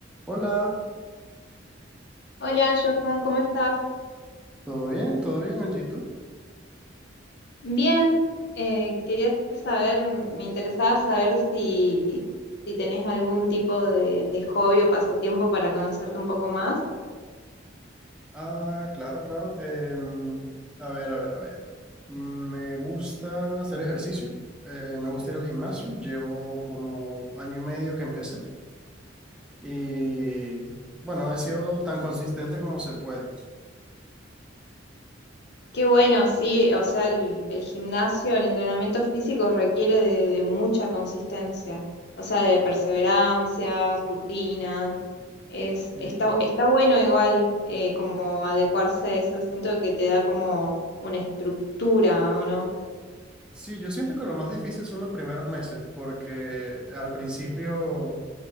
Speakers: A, in the centre; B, on the left.
A: Hola,
B: Hola, Johan, ¿cómo estás?
A: ¿todo bien? ¿Todo bien, Angie? ¿Tú?
B: Bien, eh, quería saber, me interesaba saber si, si tenés algún tipo de, de hobby o pasatiempo para conocerte un poco más.
A: Ah, claro, claro. Em, a ver, a ver, a ver. Me gusta hacer ejercicio, eh, me gusta ir al gimnasio. Llevo como año y medio que empecé y bueno, he sido tan consistente como se puede.
B: Qué bueno, sí, o sea, el, el gimnasio, el entrenamiento físico requiere de, de mucha consistencia, o sea, de perseverancia, rutina. Es,
A: Sí,
B: está, está bueno igual eh, como adecuarse a eso, siento que te da como una estructura, ¿o no?
A: Sí, yo siento que lo más difícil son los primeros meses porque al principio